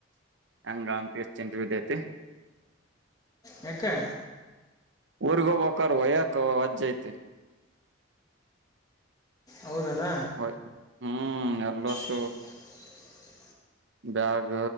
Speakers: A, on the right (about 60°); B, on the left (about 20°).
A: ಹಂಗ ಅಂತಷ್ಟ ಇಂಟರ್ವ್ಯೂ ಐತೆ.
B: ಯಾಕೆ
A: ಊರ್ಗ ಹೋಗಬಬೇಕ್ರ ಒಯ್ಯಕ್ ಅಜ್ಜ್ ಐತಿ.
B: ಹೌದಲ್ಲ
A: ಹೊಯ್ ಹ್ಮ್ ಎಲ್ಲೂಸ್
B: <inaudible>
A: ಬ್ಯಾಗ್